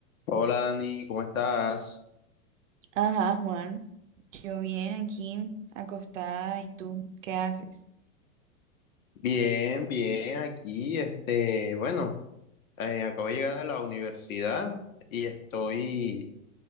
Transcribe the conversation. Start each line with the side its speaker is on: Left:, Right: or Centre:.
Left: Hola Dani, ¿cómo estás?
Right: Ajá, Juan. Yo bien aquí, acostada, ¿y tú qué haces?
Left: Bien, bien, aquí, este, bueno, eh, acabo de llegar a la universidad y estoy,